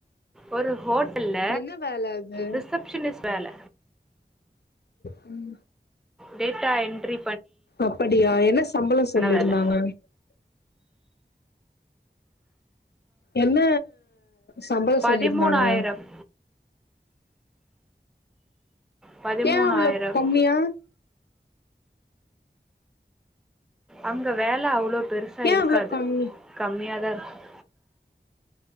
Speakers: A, in the centre; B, on the left.
A: ஒரு ஹோட் இல்ல
B: என்ன வேல அது
A: ரிசப்ஷனிஸ்ட் வேல
B: உம்
A: டேட்டா என்ரி
B: அப்படியா என்ன சம்பளம் சொல்லிருந்தாங்க
A: வேலை
B: என்ன சம்பளம்
A: பதிமூணாயிரம்
B: சொல்லியிருந்தாங்க
A: பதிமூணாயிரம்
B: ஏன் அவ்வளவு கம்மியா
A: அங்க வேலை அவ்ளோ பெருசா
B: ஏ
A: இருக்காது
B: அவ்ளோ கம்மி
A: கம்மிய தான் இருக்கும்